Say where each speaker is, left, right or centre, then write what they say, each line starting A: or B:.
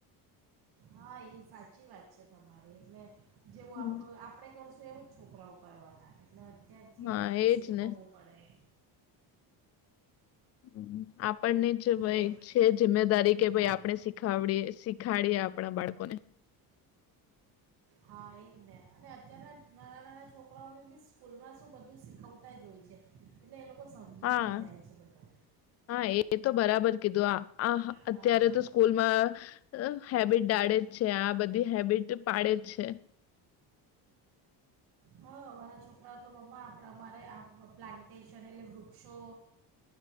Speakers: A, on the right; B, on the left.
A: હા, એ સાચી વાત છે તમારી એટલે જેવું
B: હમ,
A: આપણું આપણે કરશું એવું જ. છોકરાઓ કરવા ને અત્યારથી
B: હા
A: એ લોકોને
B: એજ
A: શીખવાડોવવું
B: ને
A: પડે <inaudible>
B: હમ આપ, આપણને જ ભ
A: ભલો
B: છે જિમ્મેદારી કે
A: હા
B: ભાઈ આપણે શીખડી શીખાડીએ આપણા બાળકોને
A: હા એ જ ને અને અત્યારના નાના નાના છોકરાઓને બી સ્કૂલમાં શું બધું શીખવતા જ હોય છે એટલે એ લોકો સમજી
B: હા,
A: પણ જાય છે બધું
B: હા, એ તો બરાબર કીધું
A: હા
B: અત્યારે તો સ્કૂલમાં હેબિટ ડાળે જ છે આ બધી હેબિટ પાડે જ છે
A: હા મારા છોકરાઓ તો આપણે અમારે આ પ્લાન્ટેશન એટલે વૃક્ષો